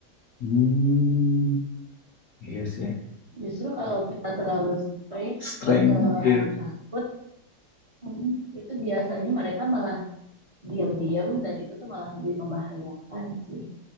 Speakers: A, on the left; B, on the right.
A: Hmm. Iya sih.
B: justru kalau kita terlalu strict
A: Strength.
B: ke
A: Iya.
B: anak takut mm, itu biasanya mereka malah diam-diam dan itu tuh malah lebih membahayakan sih